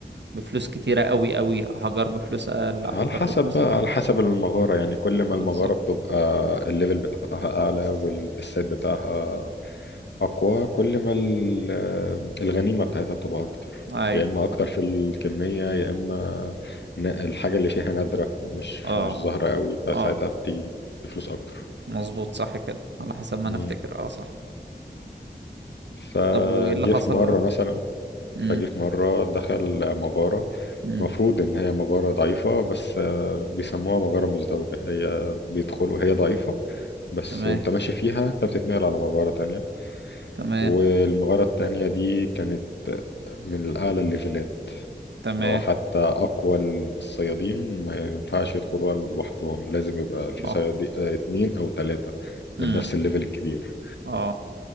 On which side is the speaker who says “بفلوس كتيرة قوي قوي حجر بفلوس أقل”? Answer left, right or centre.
Right